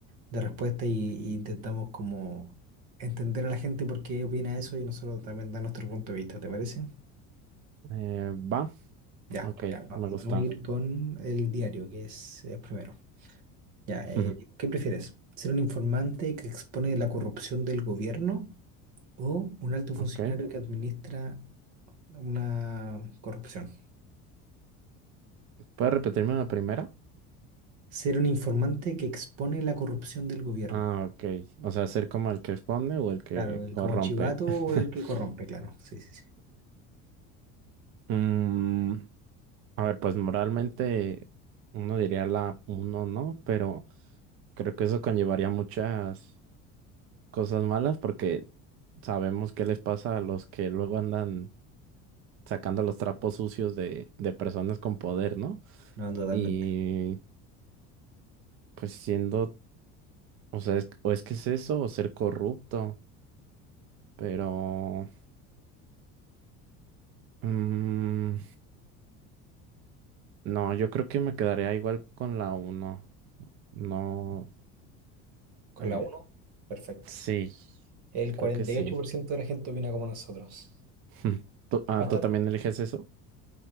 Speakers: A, on the right; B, on the right.
A: de respuesta y, y intentamos como entender a la gente por qué opina eso y nosotros también dar nuestro punto de vista, ¿te parece?
B: Eh, va,
A: Ya,
B: ok,
A: ya, va-
B: me gusta.
A: vamos a ir con el diario, que es, es primero. Ya,
B: <laughs>
A: eh, ¿qué prefieres? ¿Ser un informante que expone la corrupción del gobierno? O un alto funcionario
B: Ok,
A: que administra una corrupción.
B: ¿puedes repetirme la primera?
A: Ser un informante que expone la corrupción del gobierno.
B: Ah, ok, o sea, ser como el que expone o el que
A: Claro, el
B: corrompe.
A: como chivato
B: <laughs>
A: o el que corrompe, claro. Sí, sí, sí.
B: Mm, a ver, pues moralmente uno diría la uno, ¿no? Pero creo que eso conllevaría muchas cosas malas porque sabemos qué les pasa a los que luego andan sacando los trapos sucios de, de personas con poder, ¿no?
A: No, totalmente.
B: Y Pues siendo, o sea, es- o es que es eso, o ser corrupto, pero... mm, no, yo creo que me quedaría igual con la uno. No,
A: Con
B: eh,
A: la uno perfecto.
B: sí,
A: El
B: creo
A: cuarenta
B: que sí.
A: y ocho por ciento de la gente opina como nosotros.
B: <laughs> ¿Tú, ah,
A: Bastante.
B: ¿tú también eliges eso?